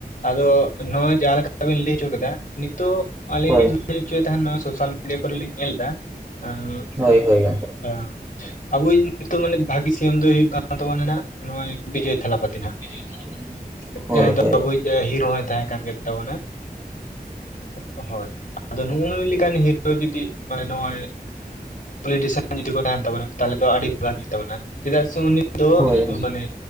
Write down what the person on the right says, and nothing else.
ᱦᱳᱭ
ᱦᱳᱭ ᱦᱳᱭ ᱜᱚᱝᱠᱮ
<unintelligible>
ᱦᱳᱭ
ᱦᱳᱭ